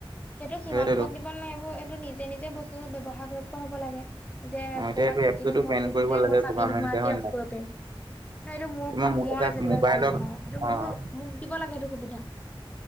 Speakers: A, on the left; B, on the right.
A: সেইটো সিহঁত
B: সেইটোৱেতো
A: বক দিব নালাগিব এইেইটো নিজে নিজে বস্তুটো ব্যৱহাৰ কৰিব হ'ব লাগে-। যে
B: অ' এতিয়া
A: ক'ৰবাত
B: এইটো
A: থাকিলেও
B: এপটোতো
A: মই
B: বেন
A: ব্লুটুথে
B: কৰিব লাগে
A: মই চাবি
B: গভাৰমেন্টে
A: নোহোৱাকে
B: হয়
A: অফ
B: নাই?
A: কৰি পাৰিম। নহ এইটো মোৰ
B: তোমাৰ
A: মই
B: এটা
A: যেনিবা
B: মোবাইলৰ
A: গাড়ী চলাও সটো
B: অ'
A: মোৰ মোক দিব লাগে সটো সুবিধা-।